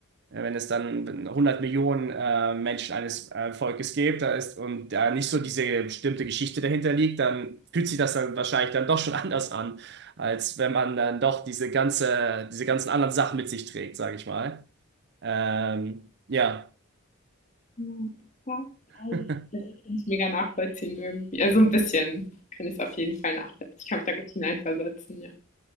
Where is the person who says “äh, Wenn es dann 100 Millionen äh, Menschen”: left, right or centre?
Right